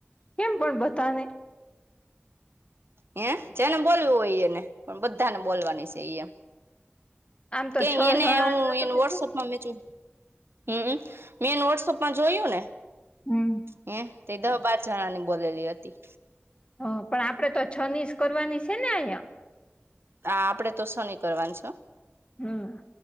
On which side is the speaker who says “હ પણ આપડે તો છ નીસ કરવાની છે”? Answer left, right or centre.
Left